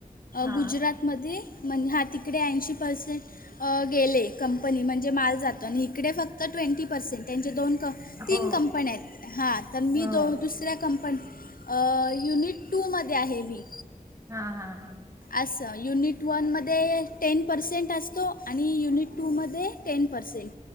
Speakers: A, on the right; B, on the left.
A: हा
B: गुजरातमध्ये म्हण हा तिकडे ऐंशी पर्सेंट गेले कंपनी म्हणजे माल जातो आणि इकडे फक्त ट्वेंटी पर्सेंट त्यांचे दोन क तीन
A: हो
B: कंपन्या आहेत हा तर मी
A: हो
B: दो दुसऱ्या कंपनी युनिट टू मध्ये आहे मी
A: हा हा हा.
B: असं युनिट वनमध्ये टेन पर्सेंट असतो आणि युनिट टूमध्ये टेन पर्सेंट